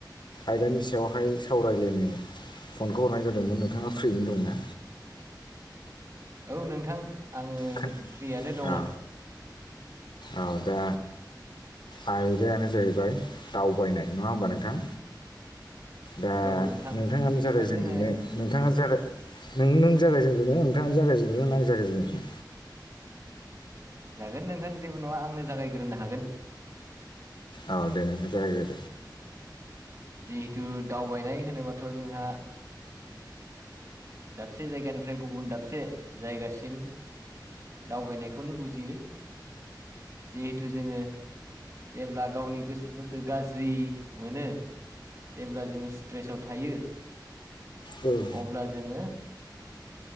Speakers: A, on the left; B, on the right.
A: आयदानि सायावहाय सावरायलायनो फनखौ हरनाय जादोंमोन नोंथाङा फ्रिनो दंना
B: औ नोंथां आङो
A: खोन
B: फ्रियानो दङ
A: अ औ दा आयदायानो जाहैबाय दावबायनाय नङा होमबा नोंथां दा
B: औ नोंथां
A: नोंथाङानो
B: बिदिबा
A: जाबाय जों
B: जोङो
A: बिनो नोंथाङा जाबाय नों नों जागायजेगोना नोंथाङानो जागायजेननो ना आं जागायजेननो
B: जागोन नोंथां जेबो नङा आंनो जागायग्रोनो हागोन
A: औ दे नोंसोर जाहगो
B: उ जिहेथु दावबायनाय होनोबाथ जोंहा दाबसे जायगानिफ्राय गुबुन दाबसे जायगासिम दावबायनायखौनो बुजियो जिहेथु जोङो जेब्ला गावनि गोसोफोरखौ गाज्रि मोनो जेब्ला जोङो स्ट्रेसाव थायो
A: औ
B: अब्ला जोङो